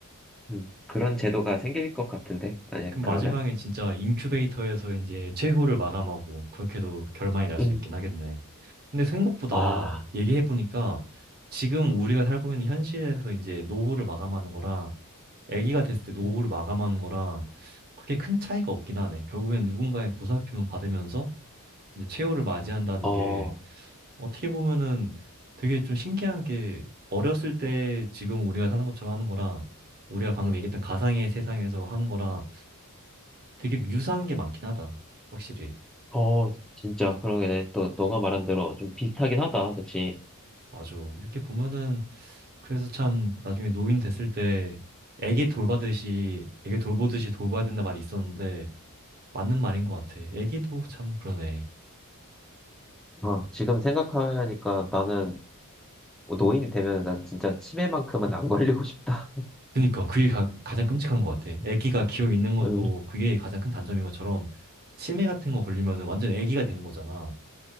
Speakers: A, in the centre; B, on the right.
A: 음, 그런 제도가 생길 것 같은데 만약에
B: 그럼
A: 그러면
B: 마지막에 진짜 인큐베이터에서 이제 최후를 마감하고 그렇게도 결말이 날 수
A: 음,
B: 있긴 하겠네. 근데 생각보다
A: 와,
B: 얘기해보니까 지금 우리가 살고 있는 현실에서 이제 노후를 마감하는 거랑 아기가 됐을 때 노후를
A: 음,
B: 마감하는 거랑 그렇게 큰 차이가 없긴 하네. 결국엔 누군가의 보살핌을 받으면서 이제 최후를 맞이한다는
A: 어,
B: 게 어떻게 보면은 되게 좀 신기한 게 어렸을 때 지금 우리가 사는 것처럼 하는 거랑 우리가 방금 얘기했던 가상의 세상에서 하는 거랑 되게 유사한 게 많긴 하다. 확실히.
A: 어, 진짜 그러게 또 너가 말한 대로 좀 비슷하긴 하다, 그치?
B: 맞아. 이렇게 보면은 그래서 참 나중에 노인 됐을 때 애기 돌봐듯이 애기 돌보듯이 돌봐야 된다 말이 있었는데 맞는 말인 것 같아. 애기도 참 그러네.
A: 어, 지금 생각하니까 나는 뭐 노인이 되면 난 진짜 치매만큼은 안 걸리고 싶다.
B: 그니까 그게 가, 가장 끔찍한 것 같아. 애기가 기어 있는 것도
A: 음,
B: 그게 가장 큰 단점인 것처럼 치매 같은 거 걸리면 완전 애기가 되는 거잖아.